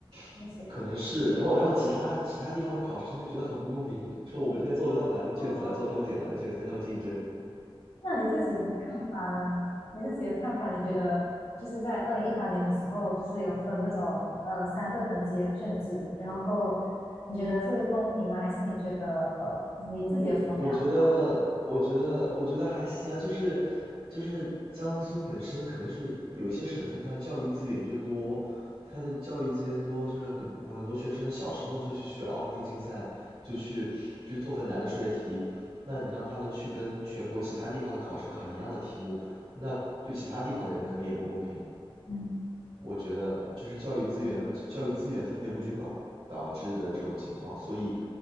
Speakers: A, on the right; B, on the left.
A: <laughs>
B: 就是，
A: 可能是。然后然后其他其他地方的考生就觉得很不公平，说我们这边做了那么难的卷子来做他们简单的卷子，
B: 哦。嗯
A: 跟他们竞争。
B: 那你自己的看法呢？你自己的看法，你觉得就是在二零一八年的时候，就是有分那种呃三个等级的卷子，然后够，你觉得是公平吗？还是你觉得呃你自己有什么看法？
A: 我觉得，我觉得，我觉得还行啊，就是就是江苏本身可能是有些省份它的教育资源就多，它的教育资源多，就是很很多学生小时候就去学奥数竞赛，就去就做很难的数学题，那你让他们去跟全国其他地方的考生考一样的题目，那对其他地方的人可能也不公平。
B: 嗯。
A: 我觉得就是教育资源和教育资源分配不均吧，导致的这种情况，所以